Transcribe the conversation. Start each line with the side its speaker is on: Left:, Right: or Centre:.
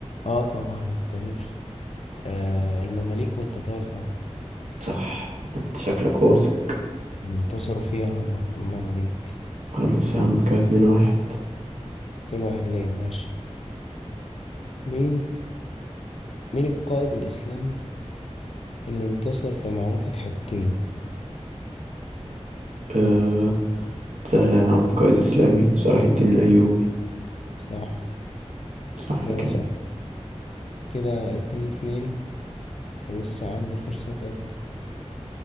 Left: اه طبعا التاريخ آه المماليك والتتار طبعا
Right: صح أنت شكلك واثق
Left: انتصروا فيها الم- المماليك
Right: خلاص يا عم كده اتنين واحد
Left: 2 واحد ليا ماشي مين مين القائد الإسلامي اللي انتصر في معركة حطين
Right: أه سهلة يا عم قائد إسلامي صلاح الدين الأيوبي
Left: صح
Right: صح
Left: إجابة
Right: كده
Left: صح كده اتنين اتنين ولسه عندي فرصة تأدي